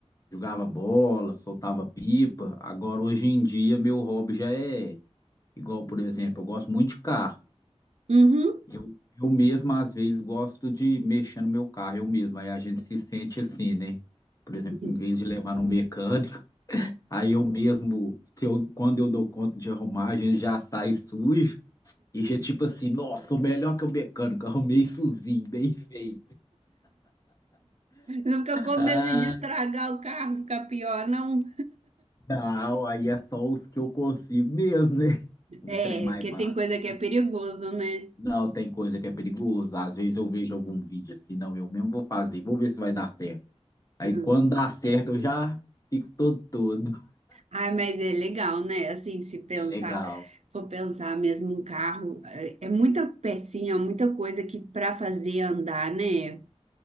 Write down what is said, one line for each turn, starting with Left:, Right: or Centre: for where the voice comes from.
Left: jogava bola, soltava pipa. Agora, hoje em dia, meu hobby já é igual, por exemplo, eu gosto muito de carro.
Right: Uhum.
Left: Eu, eu mesmo, às vezes, gosto de mexer no meu carro, eu mesmo. Aí a gente se sente assim, né? Por exemplo,
Right: <laughs>
Left: em vez de levar no mecânico, <laughs> aí eu mesmo, se eu, quando eu dou conta de arrumar, a gente já sai sujo e já tipo assim, nossa, sou melhor que o mecânico, arrumei sozinho, bem feito.
Right: Não fica com
Left: Ah,
Right: medo de estragar o carro, fica pior, não.
Left: não, aí é só os que eu consigo mesmo, né? Um
Right: É,
Left: trem mais
Right: que
Left: básico.
Right: tem coisa que é perigoso, né?
Left: Não, tem coisa que é perigosa. Às vezes eu vejo algum vídeo assim, não, eu mesmo vou fazer, vou ver se vai dar certo. Aí
Right: Hum.
Left: quando dá certo, eu já fico todo todo.
Right: Ai, mas é legal, né? Assim, se pensar,
Left: É legal,
Right: for pensar mesmo um carro, é é muita pecinha, muita coisa que para fazer andar, né?